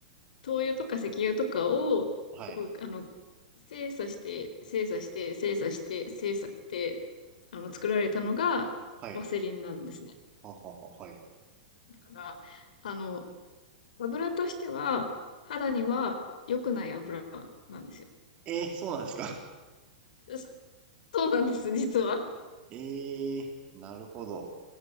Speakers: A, on the left; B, on the right.
A: 灯油とか石油とかを、
B: はい。
A: すごい、あの、精査して、精査して、精査して、精査して、あの、作られたのが、
B: はい。
A: ワセリンなんですね。
B: うんははは、はい。
A: だから、あの、油としては、肌には良くない油なんですよ。
B: えー、そうなんですか
A: そそうなんです、実は。
B: え <laughs> えー、なるほど。